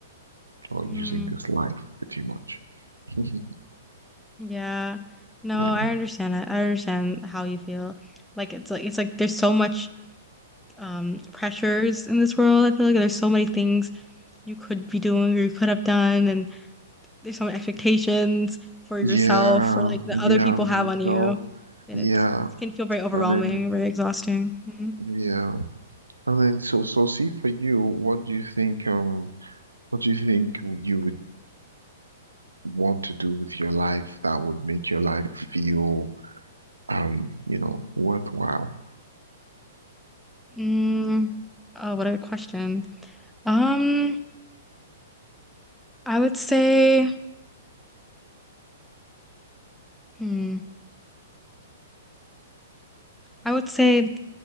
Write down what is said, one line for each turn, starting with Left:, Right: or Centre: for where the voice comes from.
Right: or
Centre: Mm,
Right: using this life pretty much? <laughs>
Centre: yeah. No,
Right: Yeah.
Centre: I understand it. I understand how you feel. Like it's like it's like there's so much um pressures in this world. I feel like there's so many things you could be doing or you could have done and there's some expectations for
Right: Yeah,
Centre: yourself or like that
Right: yeah,
Centre: other people have
Right: for yourself.
Centre: on you, and
Right: Yeah,
Centre: it's, it can feel very overwhelming,
Right: and then
Centre: very exhausting. Mhm.
Right: yeah, and then so so see for you, what do you think um what do you think you would want to do with your life that would make your life feel um you know worthwhile?
Centre: Mm, oh, what a good question. Um, I would say, hmm, I would say